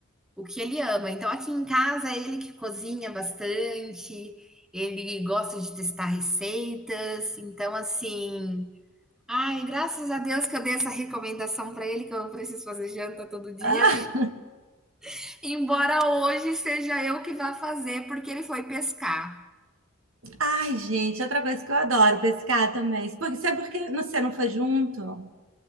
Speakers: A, in the centre; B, on the right.
A: o que ele ama. Então aqui em casa é ele que cozinha bastante, ele gosta de testar receitas. Então assim, ai, graças a Deus que eu dei essa recomendação para ele que eu não preciso fazer janta todo dia,
B: Ah,
A: <laughs> embora hoje seja eu que vá fazer porque ele foi pescar.
B: ai, gente, outra coisa que eu adoro pescar também. Porque, sabe por que você não foi junto?